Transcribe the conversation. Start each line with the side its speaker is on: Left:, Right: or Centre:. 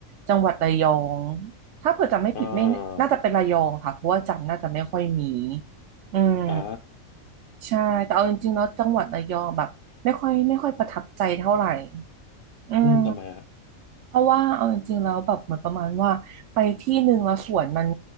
Right: จังหวัดระยองถ้าเผื่อจำไม่ผิดไม่น่าจะเป็นระยองค่ะเพราะว่าจันทร์น่าจะไม่ค่อยมี
Left: อ่า
Right: อืม
Left: อ่า
Right: ใช่แต่เอาจริงๆแล้วจังหวัดระยองแบบไม่ค่อยไม่ค่อยประทับใจเท่าไหร่อืม
Left: อืมทำไมอะ
Right: เพราะว่าเอาจริงๆแล้วแบบเหมือนประมาณว่าไปที่หนึ่งแล้วสวนมัน